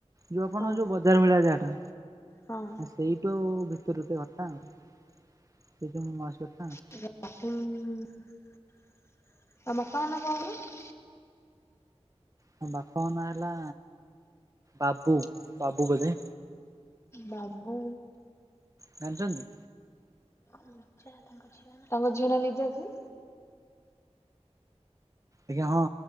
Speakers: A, on the right; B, on the left.
A: ଯେଉଁ ଆପଣଙ୍କ
B: ହଁ
A: ଯେଉଁ ବଜାର ଭଳିଆ ଯାହାଟା
B: ହଁ
A: ଆ ସେଇଟୁ ଭିତରୁ ଟିକେ ଘରଟା ଆଉ। ସେଇଠି ମୋ ମାଉସୀ ଘରଟା ଆଉ।
B: ରାହୁଲ୍ ତାଙ୍କ ବାପାଙ୍କ ନାଁ କଣକହିଲ?
A: ତାଙ୍କ ବାପାଙ୍କନାଁ ହେଲା ବାବୁ ବାବୁ ବୋଧେ।
B: ବାବୁ
A: ଜାଣିଚନ୍ତି?
B: କଁ ଲିଜା ତାଙ୍କ ଝିଅ ନାଁ ତାଙ୍କ ଝିଅ ନାଁ ଲିଜାକି?
A: ଆଜ୍ଞା ହଁ